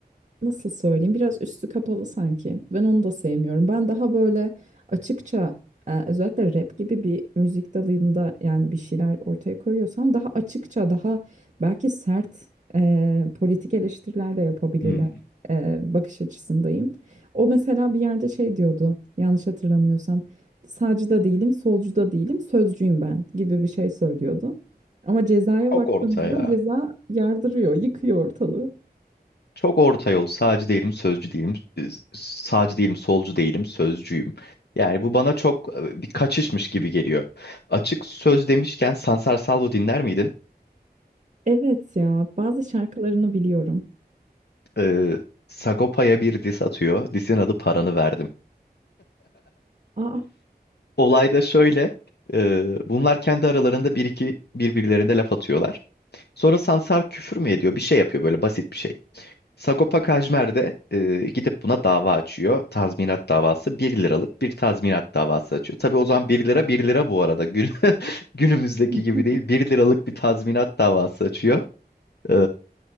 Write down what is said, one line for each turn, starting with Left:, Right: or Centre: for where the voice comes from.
Right: nasıl söyleyeyim biraz üstü kapalı sanki. Ben onu da sevmiyorum. Ben daha böyle açıkça e, özellikle rap gibi bir müzik dalında yani bir şeyler ortaya koyuyorsan daha açıkça daha belki sert e, politik eleştiriler de yapabilirler
Left: Hmm.
Right: e, bakış açısındayım. O mesela bir yerde şey diyordu yanlış hatırlamıyorsam sağcı da değilim solcu da değilim sözcüyüm ben gibi bir şey söylüyordu. Ama cezaya
Left: Çok
Right: baktığımızda
Left: orta ya.
Right: ceza yardırıyor, yıkıyor ortalığı.
Left: Çok orta yol. Sağcı değilim, sözcü değilim. e, Sağcı değilim, solcu değilim, sözcüyüm. Yani bu bana çok e, bir kaçışmış gibi geliyor. Açık söz demişken Sansar Salvo dinler miydin?
Right: Evet ya bazı şarkılarını biliyorum.
Left: Ee, Sagopa'ya bir diss atıyor. Diss'in adı Paranı Verdim.
Right: Aa
Left: Olay da şöyle. e, bunlar kendi aralarında bir iki birbirlerine laf atıyorlar. Sonra Sansar küfür mü ediyor? Bir şey yapıyor böyle basit bir şey. Sagopa Kajmer de e, gidip buna dava açıyor. Tazminat davası bir liralık bir tazminat davası açıyor. Tabii o zaman bir lira bir lira bu arada. Gün, <laughs> günümüzdeki
Right: neden?
Left: gibi değil bir liralık bir tazminat davası açıyor. Ee,